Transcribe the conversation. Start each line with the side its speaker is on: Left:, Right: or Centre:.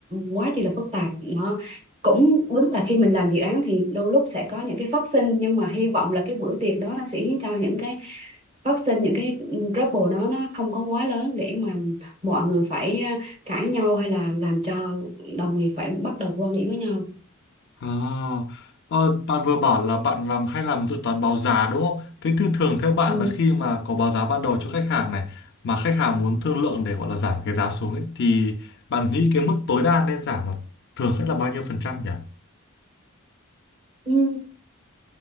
Right: quá chi là phức tạp đó cũng đúng là khi mình làm dự án thì đôi lúc sẽ có những cái phát sinh nhưng mà hy vọng là cái bữa tiệc đó nó sẽ khiến cho những cái phát sinh những cái trouble đó nó không có quá lớn để mà mọi người phải ờ, cãi nhau hay là làm cho đồng nghiệp phải bắt đầu quan điểm với nhau
Left: À, ờ, bạn vừa bảo là bạn làm hay làm dự toán báo giá đúng không? Thế thì thường theo bạn
Right: ừ.
Left: là khi mà có báo giá ban đầu cho khách hàng này mà khách hàng muốn thương lượng để gọi là giảm cái giá xuống ấy thì bạn nghĩ cái mức tối đa nên giảm là thường sẽ là bao nhiêu phần trăm nhỉ?
Right: Ừ.